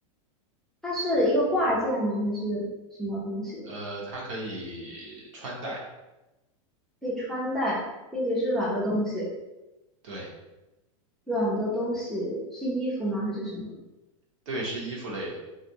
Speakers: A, in the centre; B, on the right.
A: 它是一个挂件吗？还是什么东西？
B: 呃，它可以穿戴，
A: 可以穿戴，并且是软的东西。
B: 对
A: 软的东西是衣服吗？还是什么？
B: 对，是衣服类的。